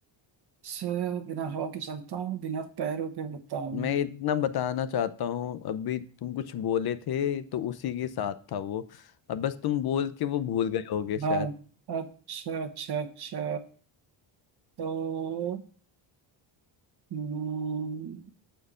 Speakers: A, on the right; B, on the left.
A: स- बिना हवा के चलता हूँ बिना पैरों के उड़ता हूँ
B: मैं इतना बताना चाहता हूँ अभी तुम कुछ बोले थे तो उसी के साथ था वो अब बस तुम बोल के वो भूल गए होगे शायद
A: हाँ अच्छा अच्छा अच्छा तो हम्म,